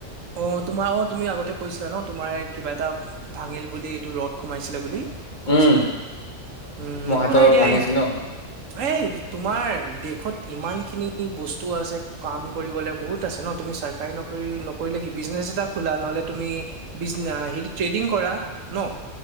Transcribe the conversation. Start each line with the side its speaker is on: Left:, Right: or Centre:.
Right: অ তোমাৰ অ তুমি আগতে কৈছিলা ন তোমাৰ এ কিবা এটা ভাঙিল বুলি এইটো ৰদ সোমাইছিলে বুলি কৈছিলা
Left: উম
Right: উম
Left: মোৰ
Right: একো
Left: হাতৰ
Right: নাই দিয়া
Left: ভাঙিছিল
Right: এই
Left: ন
Right: এই তোমাৰ দেশত ইমান খিনি বস্তু আছে কাম কৰিবলে বহুত আছে ন তুমি চাই ট্ৰাই নকৰি ন কৰিলে কি বিজনেছ এটা খোলা নহলে তুমি বিজ না ট্ৰেডিং কৰা ন